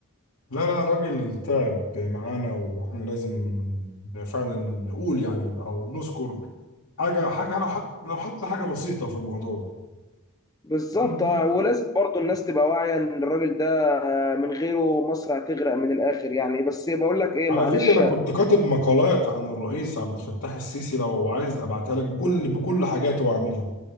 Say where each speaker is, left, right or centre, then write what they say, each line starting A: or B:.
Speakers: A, on the left (about 70°); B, on the left (about 15°).
A: لا لا راجل تعب معانا واحنا لازم فعلا نقول يعني او نذكر حاجة حاجة لو حط لو حتى حاجة بسيطة في الموضوع ده
B: بالظبط
A: والمهم،
B: آه، ولازم برضو الناس تبقى واعيه ان الراجل ده آه، من غيره مصر هتغرق من الاخر يعني بس بقول لك ايه
A: على
B: معلش
A: فكرة أنا كنت كاتب مقالات عن الرئيس عبد الفتاح السيسي لو عايز أبعتها لك بكل بكل حاجاته وعاملها